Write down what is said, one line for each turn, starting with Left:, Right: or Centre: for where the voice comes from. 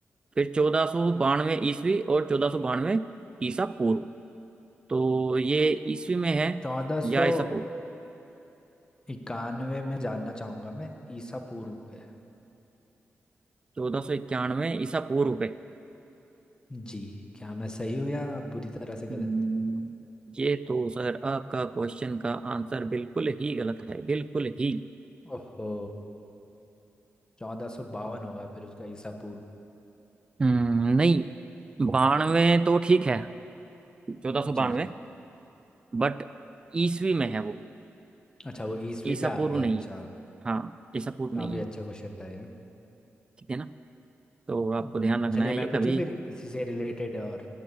Right: फिर चौदह सौ बानवे ईस्वी और चौदह सौ बानवे ईसा पूर्व तो ये ईस्वी में है
Left: चौदह
Right: या
Left: सौ
Right: ईसा पूर्व
Left: इक्यानवे में जानना चाहूँगा मैं ईसा पूर्व पे
Right: चौदह सौ इक्यानवे ईसा पूर्व पे
Left: जी क्या मैं सही हूँ या आप बुरी तरह से गलत
Right: हम्म, ये तो सर आपका क्वेश्चन का आंसर बिल्कुल ही गलत है बिल्कुल ही
Left: ओहो चौदह सौ बावन होगा फिर उसका ईसा पूर्व
Right: हम्म, नहीं बानवे तो ठीक है चौदह सौ
Left: जी
Right: बानवे बट ईस्वी में है वो
Left: अच्छा वो ईसवी
Right: ईसा
Left: पे आ
Right: पूर्व
Left: गया
Right: नहीं
Left: अच्छा
Right: है हाँ ईसा पूर्व
Left: काफी
Right: नहीं
Left: अच्छा
Right: है
Left: क्वेश्चन था ये
Right: ठीक है ना तो आपको
Left: हम्म,
Right: ध्यान रखना
Left: चलिए
Right: है
Left: मैं
Right: ये
Left: पूछूं
Right: कभी
Left: फिर इसी से रिलेटेड और